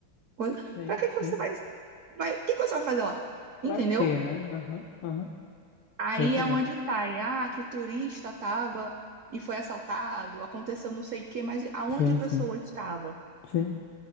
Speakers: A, on the right (about 90°); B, on the left (about 85°).
A: coisa.
B: sim,
A: Pra que
B: sim.
A: que você vai, vai, o que que você vai fazer lá?
B: Pra
A: Entendeu?
B: quê, né? Aham, aham,
A: Aí
B: tá entendendo?
A: é onde sai, ah, que o turista tava e foi assaltado, aconteceu não sei o quê, mas aonde
B: Sim,
A: a pessoa
B: sim,
A: estava?
B: sim,